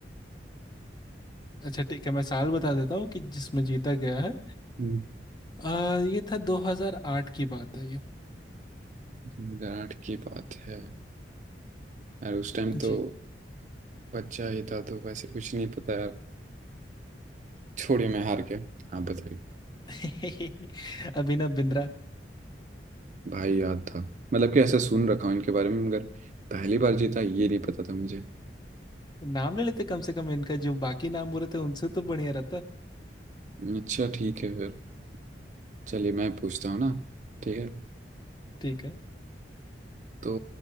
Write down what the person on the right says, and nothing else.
हम्म,
2008 की बात है यार उस टाइम
तो बच्चा ही था तो वैसे कुछ नहीं पता यार छोड़िए मैं हार के आप बताइए
भाई याद था मतलब कि ऐसा सुन रखा हूँ इनके बारे में मगर पहली बार जीता ये नहीं पता था मुझे
हम्म, अच्छा ठीक है फिर चलिए मैं पूछता हूँ ना ठीक है
तो